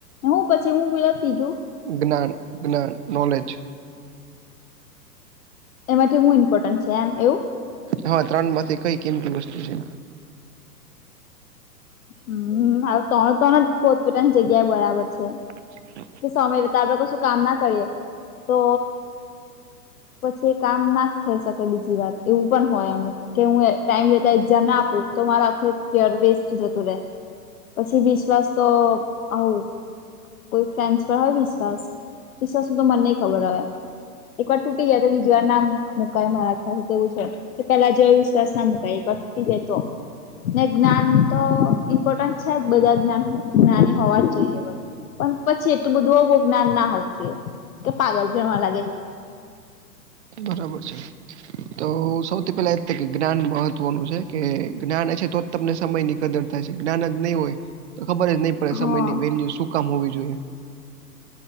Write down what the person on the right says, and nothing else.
જ્ઞાન, જ્ઞાન નોલેજ.
હા! ત્રણ માંથી કઈ કેમી વસ્તુ છે?
<inaudible>
બરાબર છે. તો સૌ પેલા એ કે જ્ઞાન મહત્વનું છે. કે જ્ઞાન એ છે તો. તમને સમય ની કદર થાય છે. જ્ઞાન જ નહીં હોય તો, ખબર જ નહી પડે.
સમયની વેલ્યુ શું કામ હોવી જોઈએ.